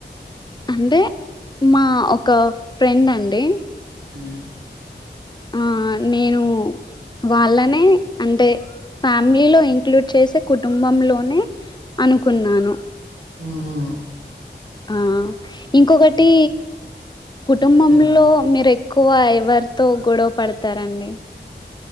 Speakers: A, on the left (about 25°); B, on the right (about 75°).
A: అంటే మా ఒక ఫ్రెండ్ అండి
B: ఉ
A: ఆ నేను వాళ్ళనే అంటే ఫ్యామిలీ లో ఇంక్లూడ్ చేసే కుటుంబంలోనే అనుకున్నాను
B: మ్మ్
A: ఆ ఇంకొకటి కుటుంబంలో
B: అంటే
A: మీరు ఎక్ క్కువ ఎవరితో గొడవ పడతారండి